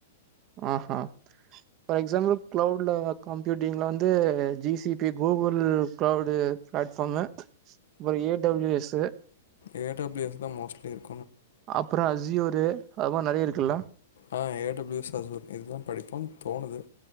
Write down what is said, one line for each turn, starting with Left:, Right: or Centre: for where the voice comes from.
Right: ஆ ஹ ஃபார் எக்ஸாம்பிள் கிளவுட்ல கம்ப்யூட்டிங்ல வந்து G C P Google cloud platform அப்பற A W S
Left: A W M தா மோஸ்ட்லி இருக்
Right: அப்பற அஸியோரு அது மாரி நெறைய இருக் குல்ல
Left: ஆ ஏ டபிள்யூ எஸ் அசூர் இதுதா படிப்போன்னு தோணுது